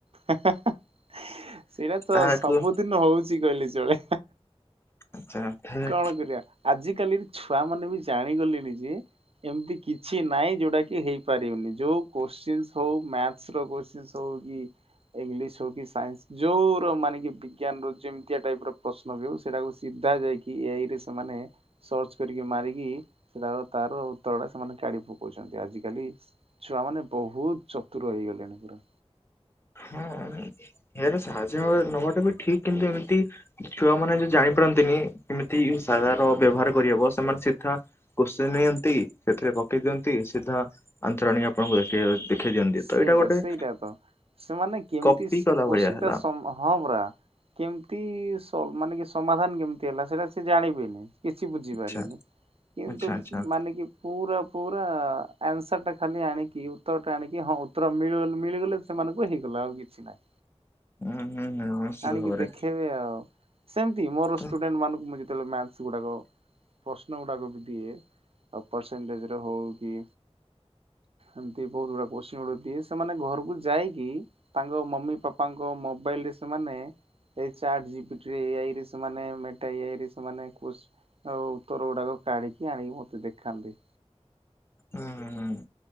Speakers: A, on the right; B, on the left.
A: ସେଇରା ତ
B: ତାହାକୁ
A: ସବୁ ନ ହଉଛି କହିଲେ ଚଳେ
B: ଆଚ୍ଛା ତାହେଲେ
A: କଣ କରିବା ଆଜିିକାଲି ଛୁଆ ମାନେ ବି ଜାଣିଗଲେଣି ଯେ ଏମତି କିଛି ନାହିଁ ଯଉଟା କି ହେଇପାରିବନି ଯୋଉ କୋସଚେନସ୍ ହୋଉ ମ୍ୟାଥର କୋସଚେନସ୍ ହଉ କି ଇଂଲିଶ୍ ହଉ କି ସାଇନ୍ସ୍ ଯୋଉର ମାନେ କି ବିଜ୍ଞାନ ର ଯେମିତିଆ ଟାଇପ ର ପ୍ରଶ୍ନ ବି ହଉ ସେଇଟାକୁ ସିଧା ଯାଇ କି ଏ ଆଇ ରେ ସେମାନେ ସର୍ଚ୍ଚ କରିକି ମାରିକି ସେଟାର ତାର ଉତ୍ତର ଟା ସେମାନେ କାଢ଼ି ପକଉଛନ୍ତି ଆଜିିକାଲି ଛୁଆ ମାନେ ବହୁତ ଚତୁର ହେଇଗଲେଣି ପୁରା।
B: ହଁ ଏ ଆଇ ର ସାହାଯ୍ୟ ହ ନବାଟା ବି ଠିକ କିନ୍ତୁ ଏମିତି ଛୁଆମାନେ ଯଉ ଜାଣିପାରନ୍ତିନି କେମିତି ସାଧାରଣ ବ୍ୟବହାର କରିହବ ସେମାନେ ସିଧା କୋଷଚେନ ନିଅନ୍ତି ସେଥିରେ ପକେଇ ଦିଅନ୍ତି ସିଧା ଆନସର୍ ଆଣିକି ଆପଣଙ୍କୁ ଦେଖେଇ ଦେଖେଇ ଦିଅନ୍ତି
A: ସେଇଟା
B: ତ ଏଇଟା ଗୋଟେ
A: ସେଇଟା ତ ସେମାନେ କେମିତି
B: କପି
A: ସେ
B: କଲା
A: କୋସ୍ଚିନ
B: ଭଳିଆ ହେଲା।
A: ଟା ସମ୍ଭ ହଁ ପରା କେମତି ସ ମାନେ କି ସମାଧାନ କେମତି ହେଲା ସେଟା ସେ ଜାଣିବେନି। କିଛି ବୁଝିପାରିବେନି
B: ଆଚ୍ଛା
A: କିନ୍ତୁ
B: ଆଚ୍ଛା ଆଚ୍ଛା
A: ମାନେ କି ପୁରା ପୁରା ଆନ୍ସର ଟା ଖାଲି ଆଣିକି ଉତ୍ତର ଟା ଆଣି କି ହଁ ଉତ୍ତର ମିଳିଗଲେ ମିଳିଗଲେ ସେମାନଙ୍କୁ ହେଇଗଲା ଆଉ କିଛି ନାହିଁ।
B: ହୁଁ ହୁଁ ହୁଁ ନିଶ୍ଚିତ
A: ଆଣିକି
B: ଭାବରେ
A: ଦେଖେଇବେ ଆଉ। ସେମିତି ମୋର
B: ତ
A: ଷ୍ଟୁଡେଣ୍ଟ ମାନଙ୍କୁ ମୁଁ ଯେତେବେଳେ ମ୍ୟାଥସ ଗୁଡାକ ପ୍ରଶ୍ନ ଗୁଡାକ ବି ଦିଏ ଆଉ ପରସେଣ୍ଟେଜ ର ହଉ କି ଏମତି ବହୁତ ଗୁଡା କୋସ୍ଚିନ ଗୁଡ଼ାଦିଏ ସେମାନେ ଘରକୁ ଯାଇକି ତାଙ୍କ ମମି ପାପାଙ୍କ ମୋବାଇଲ ରେ ସେମାନେ ଏଇ ଚାଟ୍ ଜିପିଟିରେ ଏଆ ଏଇ ରେ ସେମାନେ ମେଟା ଏ ଆଇ ରେ ସେମାନେ ଆଉ ଉତର ଗୁଡାକ କାଢିକି ଆଣିକି ମତେ ଦେଖାନ୍ତି।
B: ହୁଁ